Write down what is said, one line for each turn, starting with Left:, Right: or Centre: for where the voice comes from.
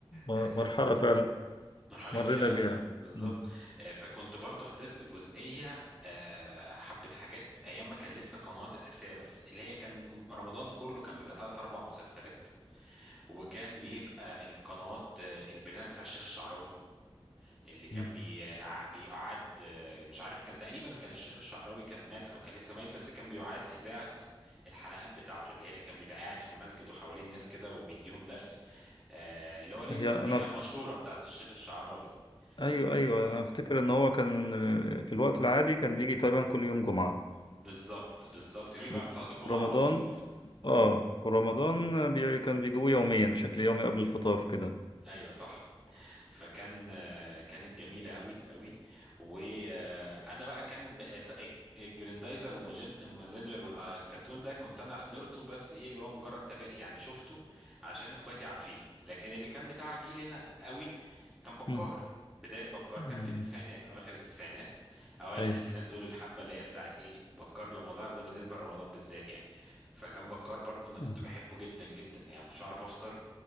Left: مرحله
Centre: آه،
Left: فعلا
Centre: مرحلة
Left: مرينا
Centre: كبيرة قوي
Left: بيها
Centre: بالظبط
Left: مم.
Centre: آه، فكنت برضو حضرت جزئية آه، حبة حاجات أيام ما كان لسه قنوات الأساسية بس اللي هي كان رمضان كله كان بيبقى تلات أربع مسلسلات وكان بيبقى القنوات آه، البرنامج بتاع الشيخ الشعراوي اللي كان
Left: مم.
Centre: بيع- بيقعد آه، مش عارف كان تقريبا كان الشيخ الشعراوي كان مات أو كان لسه ميت بس كان بيعاد إذاعة الحلقات بتاعته اللي هي اللي كان بيبقى قاعد في المسجد وحواليه الناس كده وبيديهم درس آه، اللي هو ليه
Left: هي
Centre: المزيكا
Left: انا
Centre: المشهورة بتاعت الشيخ الشعراوي
Left: ايوه ايوه
Centre: اه
Left: انا افتكر ان هو كان في الوقت العادي كان بيجي تقريبا كل يوم جمعة
Centre: بالظبط بالظبط جميل بعد
Left: وفي
Centre: صلاة الجمعة
Left: رمضان
Centre: على طول
Left: اه في رمضان بي... كان بيجيبوه يوميا بشكل يومي قبل الفطار كده
Centre: ايوه صح فكان آه، كانت جميله قوي قوي وانا بقى كان بقى ت- الجريندايزر وماجن- ومازنجر والكرتون ده كنت انا حضرته بس ايه اللي هو مجرد تابع يعني شفته عشان اخواتي عارفين لكن اللي كان بتاع جيلنا قوي كان بكار
Left: مم.
Centre: بدايه بكار
Left: مم.
Centre: كان في التسعينات اواخر التسعينات اوائل
Left: اي
Centre: الالفينات دول الحبه اللي هي بتاعت ايه بكار لما ظهر ده بالنسبه لرمضان بالذات يعني فكان بكار برضو انا كنت
Left: اي
Centre: بحبه جدا جدا يعني ما كنتش اعرف افطر